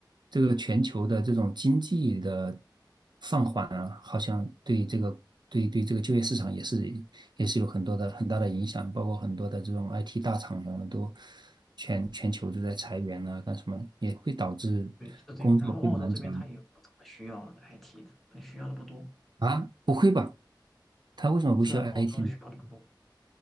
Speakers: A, on the right; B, in the centre.
A: 这个全球的这种经济的放缓啊，好像对这个对对这个就业市场也是也是有很多的很大的影响，包括很多的这种 IT 大厂啊，都全全球都在裁员啊，干什么也会导致工作会难找
B: 对，是这样。然后澳洲这边他也不怎么需要 IT 的，他需要的不多，
A: 啊？不会吧？他为什么不需要
B: 是啊，澳洲需要的不多。
A: IT 呢？